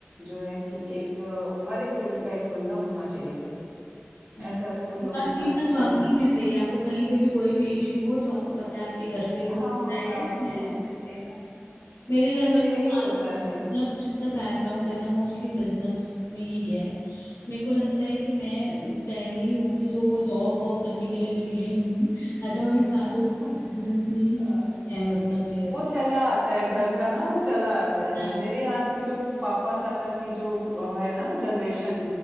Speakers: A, on the right; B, on the left.
A: जो है कि एक अ, हर एक फील्ड का एक बंदा होना चाहिए घर में
B: अ,
A: ऐसा-ऐसा तुम
B: ये
A: लोग
B: बात
A: अपना
B: ये बात
A: चुनो।
B: वाकई में सही है आपको कहीं पे भी कोई भी इशू हो तो आपको पता है आपके घर पे वो
A: हाँ,
B: बंदा है
A: हाँ,
B: जो हेल्प
A: हाँ,
B: कर देगा मेरे घर में
A: तो यही
B: तो
A: होता है।
B: मतलब जितना बैकग्राउंड है ना मोस्टली बिजनेस में ही गया है मेरे को लगता है कि मैं पहली होंगी जो वो जॉब वॉब करने के लिए निकली होंगी अदरवाइज सारे
A: <laughs>
B: बिजनेस में ही
A: हाँ,
B: है मतलब मेरे
A: वो
B: तो
A: चला आता है, घर का ना वो चला आता है।
B: हाँ
A: मेरे यहाँ की जो पापा चाचा की जो अ, है ना जनरेशन,